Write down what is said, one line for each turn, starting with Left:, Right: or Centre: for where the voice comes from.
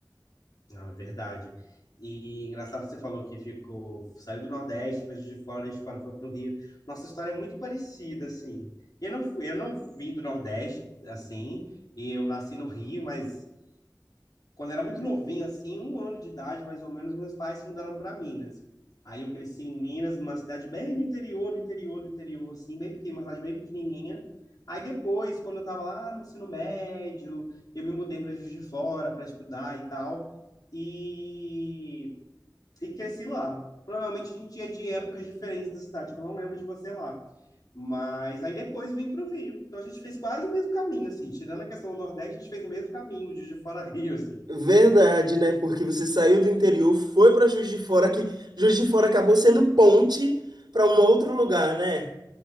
Left: Não, é verdade. E engraçado que você falou que ficou, saiu do Nordeste, depois de fora, a gente fora foi para o Rio. Nossa história é muito parecida, assim. Eu não fui, eu não vim do Nordeste, assim, e eu nasci no Rio, mas quando eu era muito novinho, assim, um ano de idade, mais ou menos, meus pais se mudaram para Minas. Aí eu cresci em Minas, numa cidade bem no interior, do interior, do interior, assim, bem pequena, uma cidade bem pequenininha. Aí depois, quando eu estava lá no ensino médio, eu me mudei para Juiz de Fora para estudar e tal, e, e cresci lá. Provavelmente a gente ia de épocas diferentes da cidade, que eu não lembro de você lá. Mas aí depois vim para o Rio. Então a gente fez quase o mesmo caminho, assim. Tirando a questão do Nordeste, a gente fez o mesmo caminho, de Juiz de Fora a Rio, assim.
Right: Verdade, né? Porque você saiu do interior, foi para Juiz de Fora, que Juiz de Fora acabou sendo ponte para um outro lugar, né?